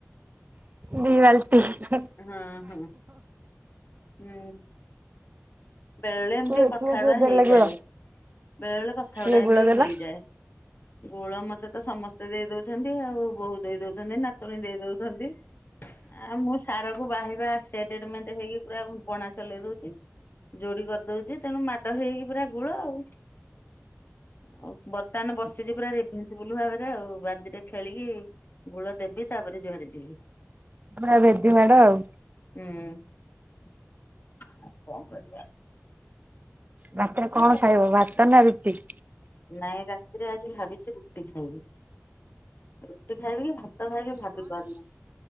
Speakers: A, on the right; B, on the left.
A: ଦି ବାଲଟି ହୁଁ।
B: ହଁ ହଁ ହୁଁ। ବେଳେ ବେଳେ ଏମିତି
A: କିଏ
B: କଥା
A: କିଏ କିଏ
B: ଗୁଡା
A: ଦେଲେ
B: ହେଇଯାଏ
A: ଗୁଳ
B: ବେଳେ ବେଳେ କଥା
A: କିଏ
B: ଗୁଡା ଏମିତି
A: ଗୁଳ ଦେଲା
B: ବ ହେଇଯାଏ। ଗୁଳ ମତେ ତ ସମସ୍ତେ ଦେଇ ଦଉଛନ୍ତି ଆଉ ବୋହୁ ଦେଇ ଦଉଛନ୍ତି ନାତୁଣୀ ଦେଇ ଦଉଛନ୍ତି। ଆ ମୁଁ ସାର୍ଙ୍କୁ ବାହିବା ଏକସାଇଟେଡ଼ ମେଣ୍ଟ ହେଇକି ପୁରା ବଣା ଚଲେଇ ଦଉଛି। ଯୋଡି କରିଦଉଛି ତେଣୁ ମାଡ ହେଇକି ପୁରା ଗୁଳ ଆଉ। ଆଉ ବର୍ତ୍ତମାନ ବସି ବସିଚି ପୁରା ରେଭିନ୍ସ ପୁଲ ଭାବରେ ଆଉ ବାଦିଟେ ଖେଳିକି ଗୁଳ ଦେବି ତାପରେ ଜୁଆଡେ ଯିବି।
A: ପୁରା ଭେଦି ମାଡ ଆଉ।
B: ହୁଁ ଆଉ କଣ କରି
A: ରାତିରେ କଣ
B: ଆଉ।
A: ଖାଇବ ଭାତ ନା ରୁଟି?
B: ନାଇଁ ରାତିରେ ଆଜି ଭାବିଛି ରୁଟି ଖାଇବି ରୁଟି ଖାଇବି କି ଭା ଭାତ ଖାଇବି ଭାବି ପାରୁନି